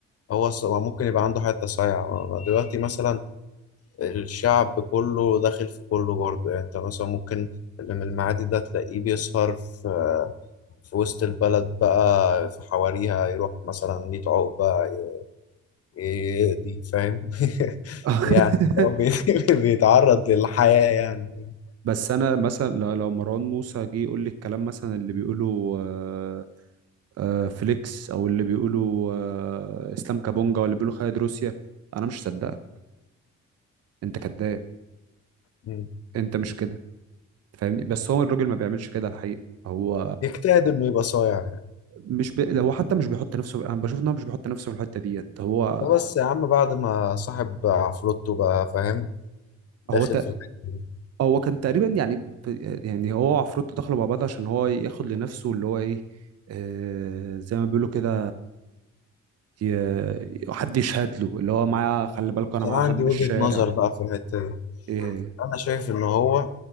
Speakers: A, on the left; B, on the right.
A: هو الص- هو ممكن يبقى عنده حتة صايعة آه، ما- دلوقتي مثلا الشعب كله داخل في كله برضه يعني انت مثلا ممكن اللي من المعادي ده تلاقيه بيسهر في في وسط البلد بقى في حواريها يروح مثلا 100 عقبة ي- يقضي فاهم <laughs>
B: <laughs>
A: يعني هو بي- <laughs> بيتعرض للحياة يعني
B: بس انا مثلا لو لو مروان موسى جه يقول لي الكلام مثلا اللي بيقوله آه، آه، فليكس او اللي بيقوله آه، اسلام كابونجا ولا بيقوله خالد روسيا انا مش هصدقك انت كذاب
A: م.
B: انت مش كده فاهمني بس هو الراجل ما بيعملش كده الحقيقه هو
A: يجتهد انه يبقى صايع يعني
B: مش بي... هو حتى مش بيحط نفسه انا بشوف ان هو مش بيحط نفسه في الحته ديت هو
A: ده بس يا عم بعد ما صاحب عفروتو بقى فاهم داخل
B: هو
A: في الحتة دي
B: هو كان تقريبا يعني ب- يعني هو وعفروتو دخلوا مع بعض عشان هو ياخد لنفسه اللي هو ايه آه زي ما بيقولوا كده ي- حد يشهد له اللي هو معايا خلي بالكوا انا
A: بس
B: معايا
A: انا عندي
B: واحد من
A: وجهة
B: الشارع
A: نظر بقى في الحتة دي
B: ايه
A: انا شايف ان هو